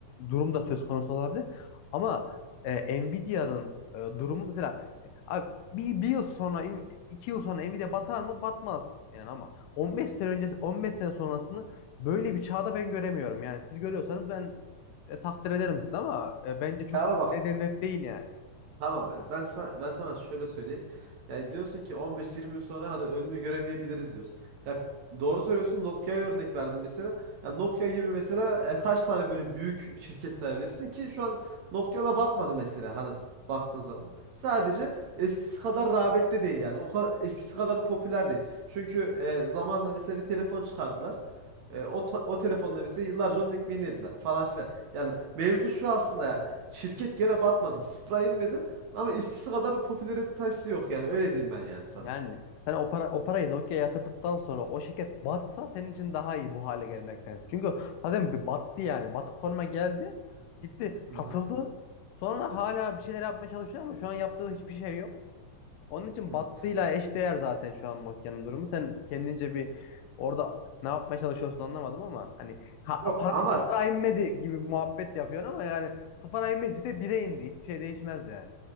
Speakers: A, on the left; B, on the right.
A: durum da söz konusu olabilir. Ama e, Nvidia'nın e, durumu mesela e, Abi bir, bir yıl sonra iki yıl sonra Nvidia batar mı? Batmaz yani ama 15 sene öncesi 15 sene sonrasını böyle bir çağda ben göremiyorum. Yani siz görüyorsanız ben e, takdir ederim siz ama e, bence çok
B: ya bak
A: neden net değil yani.
B: Tamam ben ben sana, ben sana şöyle söyleyeyim. Yani diyorsun ki 15-20 yıl sonra hani önünü göremeyebiliriz diyorsun. Ya doğru söylüyorsun. Nokia'ya örnek verdin mesela. Ya Nokia gibi mesela e, kaç tane böyle büyük şirket sayabilirsin ki şu an Nokia da batmadı mesela hani baktığın zaman. Sadece eskisi kadar rağbette değil yani. O kadar eskisi kadar popüler değil. Çünkü e, zamanla mesela bir telefon çıkardılar. E, o, ta- o telefonda mesela yıllarca onun ekmeğini yediler falan filan. Yani mevzu şu aslında yani. Şirket gene batmadı. Sıfıra inmedi. Ama eskisi kadar popülaritesi yok yani öyle diyeyim ben yani sana.
A: Yani sen o para o parayı Nokia'ya yatırdıktan sonra o şirket batsa senin için daha iyi bu hale gelmektense. Çünkü zaten bir battı yani. Batık konuma geldi. Gitti
B: Hı
A: satıldı.
B: hı.
A: Sonra hala bir şeyler yapmaya çalışıyor ama şu an yaptığı hiçbir şey yok. Onun için
B: hı.
A: battıyla eşdeğer zaten şu an Nokia'nın durumu. Sen kendince bir orada ne yapmaya çalışıyorsun anlamadım ama hani ha,
B: Yok
A: para
B: ama
A: sıfıra inmedi gibi bir muhabbet yapıyorsun ama yani sıfıra inmedi de bire indi. Hiçbir şey değişmez yani.